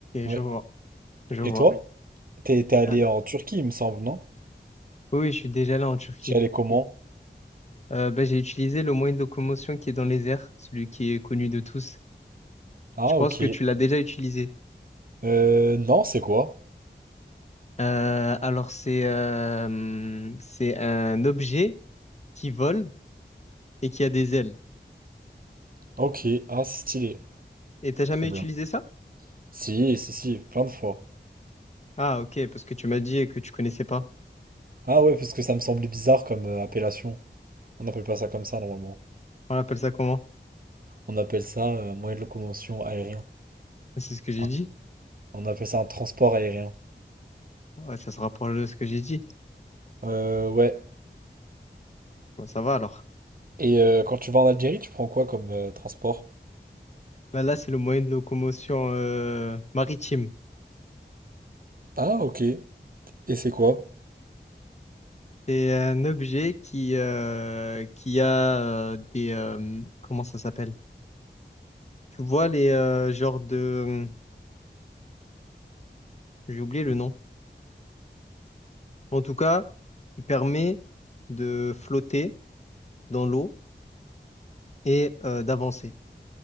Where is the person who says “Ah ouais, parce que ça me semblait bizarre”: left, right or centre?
Right